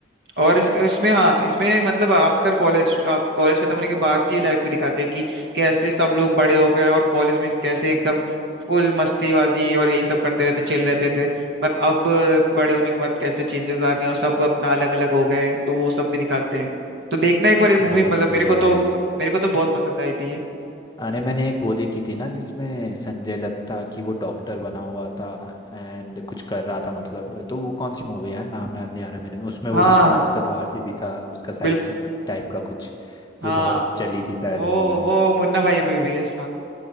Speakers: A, on the right (about 60°); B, on the left (about 20°).
A: और इसके इसमें हाँ इसमें मतलब आफ्टर कॉलेज आप कॉलेज खत्म होने के बाद की लाइफ भी दिखाते हैं कि कैसे सब लोग बड़े हो गए और कॉलेज में कैसे एकदम फुल मस्तीबाजी और यही सब करते रहते चिल रहते थे पर अब बड़े होने के बाद कैसे चेंजेस आ गए और सब अपना अलग अलग हो गए हैं, तो वो सब भी दिखाते हैं तो देखना एक बार ये
B: तो
A: मूवी
B: बहुत
A: मतलब
B: सही
A: मेरे को
B: है
A: तो
B: भाई
A: मेरे को तो बहुत पसंद आई थी ये
B: अरे मैंने एक वो देखी थी ना जिसमें संजय दत्ता की वो डॉक्टर बना हुआ था एंड कुछ कर रहा था मतलब तो वो कौन सी मूवी है नाम याद नहीं आ रहा मेरे में उसमें वो
A: हाँ
B: भी था अरशद वारसी भी था उसका
A: बिल्कुल
B: साइड किक टाइप का कुछ
A: हाँ
B: ये बहुत चली थी शायद
A: वो
B: मूवी
A: वो मुन्ना भाई एमबीबीएस